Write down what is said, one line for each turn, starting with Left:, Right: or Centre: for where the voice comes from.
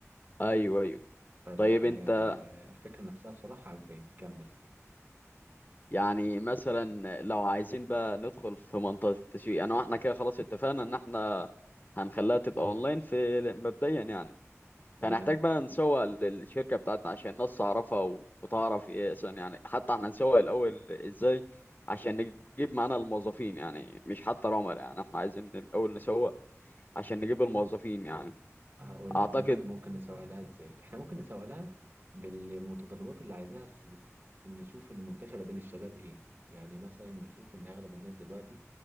Left: ايوه ايوه
Right: فلا
Left: طيب
Right: انا
Left: انت
Right: يعني آه، الفكرة نفسها بصراحة عجباني كمل
Left: يعني مثلا لو عايزين بقى ندخل في منطقه التسويق انا واحنا كده خلاص اتفقنا ان احنا هنخليها تبقى اونلاين في مبدئيا يعني
Right: تمام
Left: هنحتاج بقى نسوق للشركه بتاعتنا عشان الناس تعرفها و- وتعرف ايه عشان يعني حتى احنا نسوق الاول ازاي عشان نجيب معانا الموظفين يعني مش حتى العملاء يعني احنا عايزين الاول نسوق عشان نجيب
Right: بالظبط
Left: الموظفين يعني
Right: هقول
Left: اعتقد
Right: لك ممكن ممكن نسوق لها ازاي احنا ممكن نسوق لها بالمتطلبات اللي عايزاها السوق نشوف المنتشرة بين الشباب ايه يعني مثلا نشوف ان اغلب الناس دلوقتي